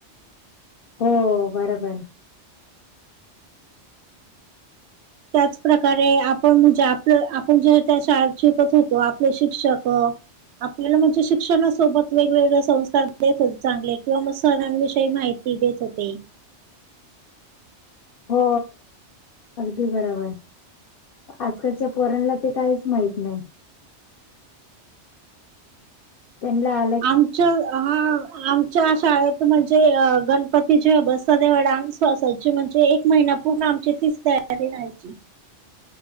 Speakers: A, on the left; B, on the right.
A: हो बरोबर
B: त्याच प्र्रकारे आपण म्हणजे आपलं आपण जे त्या श शिकत होतो आपले शिक्षक आपल्याला म्हणजे शिक्षणासोबत वेगवेगळे संस्कार देत होते चांगले किंवा मग सरांविषयी माहिती देत होते
A: हो अगदी बरोबर आजकालच्या पोरणला ते काहीच माहत नाही.
B: <inaudible>
A: त्यांला.
B: आमच्या हा आम शाळेत म्हणजे अ गणपती जेव्हा बसतात तेव्हा डान्से म्हणजे एक महिना पूर्ण आमची ती तयारी राहायची